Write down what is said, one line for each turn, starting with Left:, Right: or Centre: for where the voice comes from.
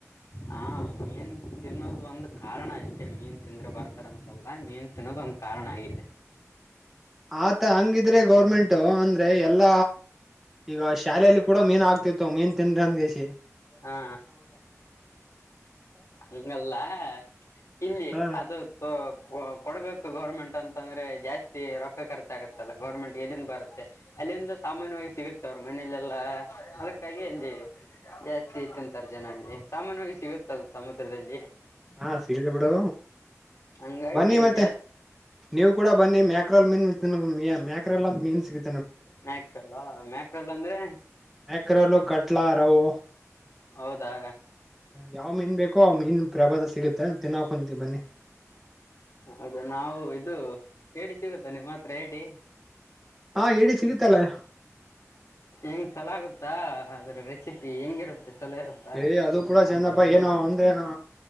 Left: ಹಾ ಮೀನ್ ತಿನ್ನೋದ ಒಂದ್ ಕಾರಣ ಅಷ್ಟೇ ಮೀನ್ ತಿಂದ್ರೆ ಬರ್ತಾರಂತಲ್ಲ ಮೀನ್ ತಿನ್ನೋದ ಒಂದ್ ಕಾರಣ ಆಗಿದೆ.
Centre: ಆತ ಹಂಗಿದ್ರೆ ಗೌರ್ಮೆಂಟ್ ಅಂದ್ರೆ ಎಲ್ಲ ಈಗ ಶಾಲೆಯಲ್ಲಿ ಕೂಡ ಮೀನ್ ಆಗ್ತಿತ್ತು ಮೀನ್ ತಿಂದು ಅಂದಿಗೇಶಿ.
Left: ಹಾ ಹಂಗಲ್ಲ ಇಲ್ಲಿ
Centre: ಹ
Left: ಅದು ತ ಕೊಡ್ಬೇಕು ಗೌರ್ಮೆಂಟ್ ಅಂತ ಅಂದ್ರೆ ಜಾಸ್ತಿ ರೊಕ್ಕ ಖರ್ಚಾಗತ್ತಲ್ಲ ಗೌರ್ಮೆಂಟ್ ಎಲ್ಲಿಂದ ಬರುತ್ತೆ ಅಲ್ಲಿಂದ ಸಾಮಾನ್ಯವಾಗಿ ಸಿಗುತ್ತೆ ಅವ್ರ ಮನೇಲೆಲ್ಲ ಅದಕ್ಕಾಗಿ ಅಲ್ಲಿ ಜಾಸ್ತಿ. ತಿ ತಿಂತಾರೆ ಜನ ಅಲ್ಲಿ. ಸಾಮಾನ್ಯವಾಗಿ ಸಿಗುತ್ತದು ಸಮುದ್ರದಲ್ಲಿ.
Centre: ಹಾ ಸಿಗಿದೆ ಬಿಡು.
Left: ಹಂಗಾಗಿ
Centre: ಬನ್ನಿ ಮತ್ತೆ
Left: ಜಾಸ್ತಿ
Centre: ನೀವು ಕೂಡ, ಬನ್ನಿ ಮ್ಯಾಕ್ರಲ್ ಮೀನ್ ಮೀ ಮ್ಯಾಕ್ರಲ್ ಮೀನ್ ಸಿಗು
Left: ಮ್ಯಾಕ್ರಲ್ಲ ಮ್ಯಾಕ್ರಲ್ಲ ಅಂದ್ರೆ,
Centre: ಕ್ರಲ್ ಕಟ್ಲಾ ರವ್,
Left: ಹೌದಾ.
Centre: ಯಾವ್ ಮೀನ್ ಬೇಕೋ ಆ ಮೀನ್ ಪ್ರಭಾವ ಸಿಗುತ್ತೆ ತಿನ್ನಾಕೊಂತೀ ಬನ್ನಿ.
Left: ಹೌದಾ ನಾವು ಇದು ಏಡಿ ಸಿಗುತ್ತ ನಿಮ್ಮ ಹತ್ರ ಏಡಿ.
Centre: ಹಾ ಏಡಿ ಸಿಗುತ್ತಲ್ಲ.
Left: ಹೆಂಗ್ ಚಲೋ ಆಗುತ್ತಾ ಅದ್ರುದ ರೆಸಿಪಿ ಹೆಂಗಿರುತ್ತೆ. ಚಲೋ ಇರುತ್ತಾ
Centre: ಏ ಅದು ಕೂಡ
Left: ಸಾಂಬಾರದು
Centre: ಚೆಂದಪ್ಪ ಏನ ಅಂದ್ರೆ ಏನು